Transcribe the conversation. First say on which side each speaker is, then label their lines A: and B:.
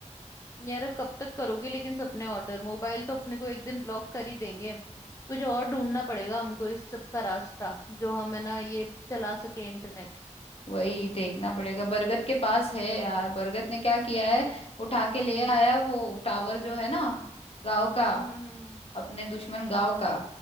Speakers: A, on the left; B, on the left.
A: यार अब कब तक करोगी लेकिन सपने ऑर्डर मोबाइल तो अपने को एक दिन ब्लॉक कर ही देंगे कुछ और ढूंढना पड़ेगा हमको इस सब का रास्ता जो हम है ना ये चला सके इंटरनेट
B: वही देखना पड़ेगा बरगद के पास है यार बरगद ने क्या किया है उठा के ले
A: हम्म
B: आया वो टावर जो है ना गाँव
A: हम्म
B: का
A: हम्म हम्म हम्म।
B: अपने दुश्मन गांव का